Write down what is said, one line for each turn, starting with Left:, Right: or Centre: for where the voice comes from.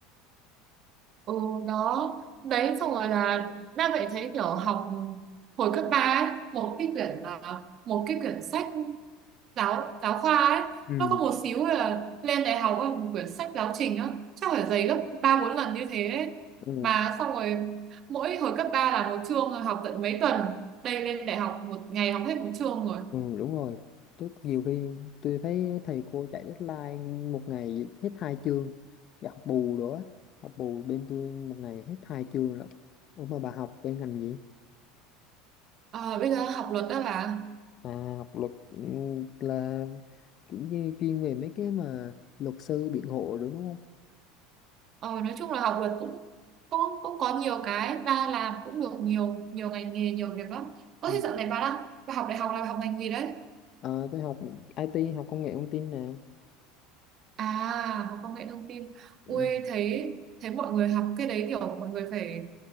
Right: Ừ, đó đấy xong rồi là đang vậy thấy kiểu học hồi cấp ba ấy, một cái quyển là một cái quyển sách giáo giáo khoa ấy
Left: Ừ.
Right: nó có một xíu là lên đại học ấy, một quyển sách giáo trình á chắc phải dày gấp ba bốn lần như thế ấy.
Left: ừ,
Right: mà xong rồi mỗi hồi cấp 3 là một chương học tận mấy tuần đây lên đại học một ngày học hết một chương rồi
Left: ừ đúng rồi chứ nhiều khi tôi thấy thầy cô chạy deadline một ngày hết hai chương và học bù nữa học bù bên tôi một ngày hết hai chương lận Ủa mà bà học bên ngành gì
Right: à, bây giờ học luật đó bà
Left: À, học luật ừm, là kiểu như chuyên về mấy cái mà luật sư biện hộ đó đúng không?
Right: Ờ, nói chung là học luật cũng cũng cũng có nhiều cái và làm cũng được nhiều nhiều ngành nghề nhiều việc lắm. Ơ
Left: ừ.
Right: thế dạo này bà đang bà học đại học là bà học ngành gì đấy?
Left: À, tôi học IT, học công nghệ thông tin nè.
Right: À học công nghệ thông tin.
Left: Ừ.
Right: Ui thấy thấy mọi người học cái đấy kiểu mọi người phải